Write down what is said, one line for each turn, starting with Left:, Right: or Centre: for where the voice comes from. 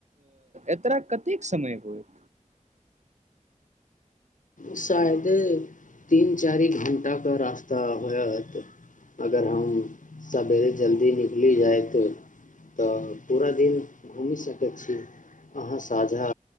Right: एतरा कतेक समय होत
Left: शायद तीन चारि घण्टाके रास्ता होयत अगर हम सवेरे जल्दी निकलि जायत तऽ पूरा दिन घूमि सकैत छी अहाँ साझा